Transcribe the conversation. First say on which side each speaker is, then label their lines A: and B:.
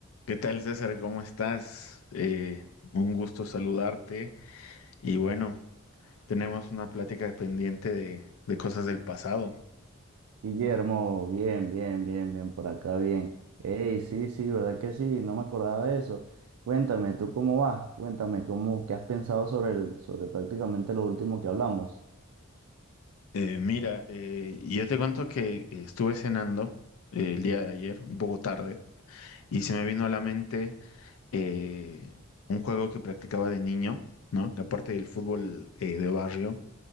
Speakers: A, on the left; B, on the right.
A: ¿Qué tal, César? ¿Cómo estás? Eh, un gusto saludarte. Y bueno, tenemos una plática pendiente de, de cosas del pasado.
B: Guillermo, bien, bien, bien, bien, por acá, bien. Ey, sí, sí, ¿verdad que sí? No me acordaba de eso. Cuéntame, ¿tú cómo vas? Cuéntame, ¿cómo, qué has pensado sobre el, sobre prácticamente lo último que hablamos?
A: Eh, mira, eh, yo te cuento que estuve cenando eh, el día de ayer, un poco tarde, y se me vino a la mente eh, un juego que practicaba de niño, ¿no? Aparte del fútbol eh, de barrio,